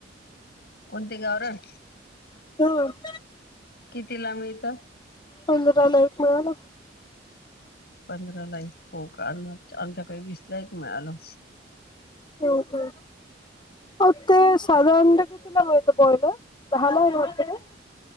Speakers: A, on the left; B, on the left.
A: कोणते? गावरान.
B: हा.
A: कितीला, मिळतं?
B: पंधराला एक मिळालं.
A: पंधराला एक क. हो, का? आम - आमच्याकडे, वीसला एक मिळालं.
B: ह, ह. हो, ते साधं अंड कितीला, मिळतं? बॉयलर. दहाला <unintelligible>